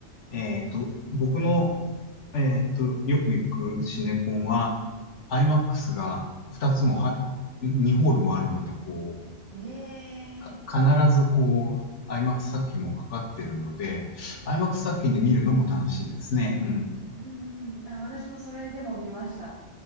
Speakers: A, on the left; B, on the right.
A: う。えっと、僕の、えっと、よく行くシネコンは、IMAX が2つもは、2ホールもあるので、こ
B: ええ
A: か、必ずこう、IMAX 作品もかかってるので、IMAX 作品で見るのも楽しいですね。うん。
B: うんうん。あ、私もそれでも見ました。